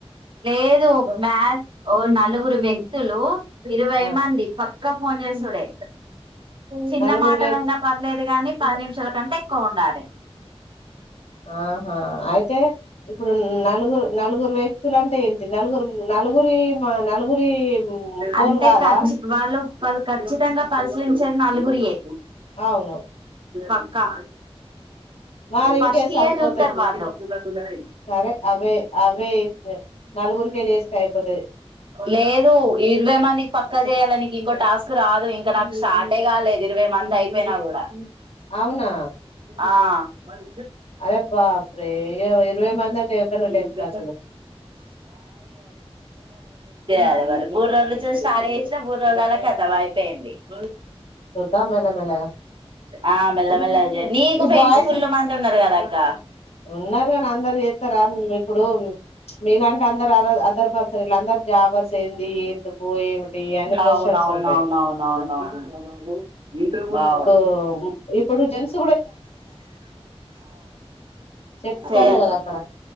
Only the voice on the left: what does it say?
ఆ
నలుగురు
వే
ఆహా అయితే ఇప్పుడు నలుగురు నలుగురు వ్యక్తులు అంటే ఏంటి నలుగురు నలుగురి మా నలుగురి ఫోన్
కాదా.
అవును
మరి ఇంకే
సరిపోతాయి
సరే అవే అవే ఇస్తే నలుగురికే చేస్తే అయిపోతది
అవునా
అరే బాప్రే ఇ- ఇరవై మంది అంటే ఎక్కడ
లేవు ఖర్చులు
చూద్దాం మెల్లమెల్లగా
ఈ
బాయ్స్
ఉన్నారు కాని అందరు చేస్తారా మ్, ఇప్పుడు మీలాంటి అందరు అదర్ పర్సన్ వీళ్ళందరు జాబర్స్ ఏంది ఎందుకు ఏమిటి అన్ని క్వశ్చన్స్
ఉంటాయి
ఉమ్ ఇప్పుడు జెన్స్ చెప్తాండు
కదా అక్కడ